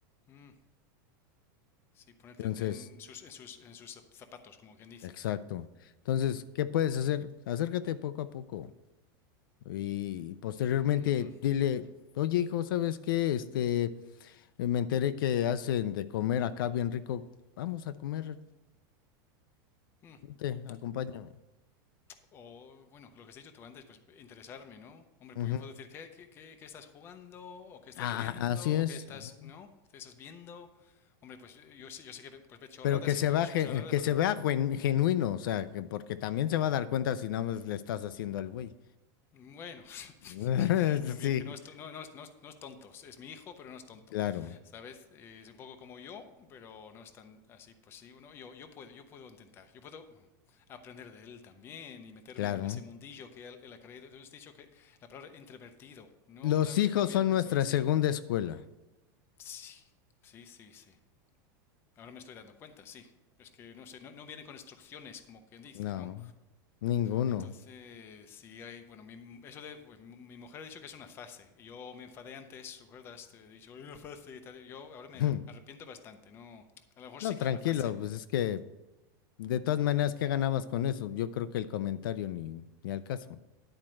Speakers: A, on the left; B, on the left.
A: mm. Sí, ponerte
B: Entonces,
A: en, en sus, en sus, en sus zapatos, como quien dice.
B: Exacto. Entonces, ¿qué puedes hacer? Acércate poco a poco y posteriormente
A: Mm,
B: dile, oye hijo, ¿sabes qué? Este, eh, me enteré que hacen de comer acá bien rico. Vamos a comer,
A: mm,
B: vente, acompáñame.
A: mm. O, bueno, lo que has dicho tú antes, pues interesarme, ¿no? Hombre,
B: Ujú.
A: pues yo puedo decir, ¿qué, qué, qué, qué estás jugando? ¿O qué estás
B: Ah,
A: leyendo?
B: así es.
A: ¿O qué estás,
B: Ujú.
A: ¿no? ¿Qué estás viendo? Hombre, pues eh, yo, sé- yo sé que ve- pues, ve chorradas
B: Pero que se
A: y juego
B: vea,
A: cho-
B: gen-
A: chorradas,
B: que
A: pero
B: se vea gen- genuino, o sea, que- porque también se va a dar cuenta si nada más le estás haciendo al güey.
A: bueno, <laughs>
B: <laughs>
A: También,
B: Sí,
A: que no es, to- no, no es, no es, no es tonto. Es mi hijo, pero no es tonto.
B: claro,
A: ¿Sabes? Eh, Es un poco como yo, pero no es tan así. Pues sí, uno, yo, yo puedo, yo puedo intentar. Yo puedo bueno, aprender de él también y meterme
B: claro.
A: en ese mundillo que él, él ha creído. Tú has dicho que la palabra introvertido, no
B: Los
A: lo,
B: hijos
A: lo había
B: son
A: pensado
B: nuestra
A: así.
B: segunda escuela.
A: Sí, sí, sí, sí. Ahora me estoy dando cuenta, sí. Es que no sé, no, no vienen con instrucciones, como quien dice,
B: No,
A: ¿no?
B: ninguno.
A: Entonces, sí hay, bueno, mi- eso de, pues, mi mi mujer ha dicho que es una fase, y yo me enfadé antes, ¿recuerdas? Te he dicho, hay una fase y tal, yo ahora me
B: <laughs>
A: arrepiento bastante, ¿no? A lo mejor
B: No,
A: sí
B: tranquilo,
A: que es una fase.
B: pues es que de todas maneras, ¿qué ganabas con eso? Yo creo que el comentario ni, ni al caso,